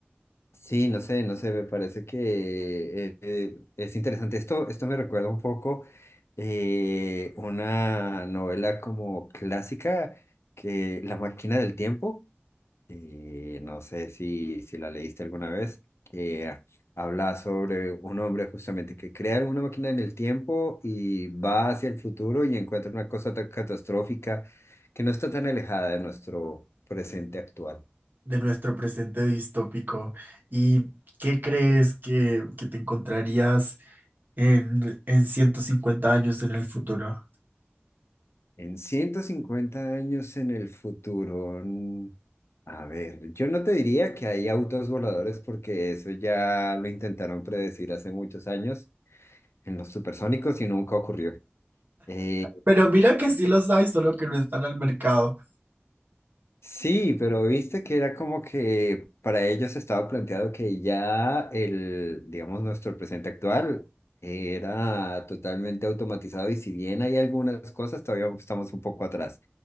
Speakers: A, on the left (about 85°); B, on the right (about 45°).
A: Sí, no sé, no sé, me parece que eh, eh, es interesante. Esto, esto me recuerda un poco eh, una novela como clásica, que La máquina del tiempo, eh, no sé si, si la leíste alguna vez, que ah, habla sobre un hombre justamente que crea una máquina en el tiempo y va hacia el futuro y encuentra una cosa tan catastrófica que no está tan alejada de nuestro presente actual.
B: de nuestro presente distópico. ¿Y qué crees que, que te encontrarías en, en 150 años en el futuro?
A: En 150 años en el futuro, mm, a ver, yo no te diría que hay autos voladores porque eso ya lo intentaron predecir hace muchos años en los supersónicos y nunca ocurrió. Eh,
B: Pero mira que sí los hay, solo que no están al mercado.
A: sí, pero viste que era como que para ellos estaba planteado que ya el, digamos, nuestro presente actual era totalmente automatizado y si bien hay algunas cosas, todavía estamos un poco atrás.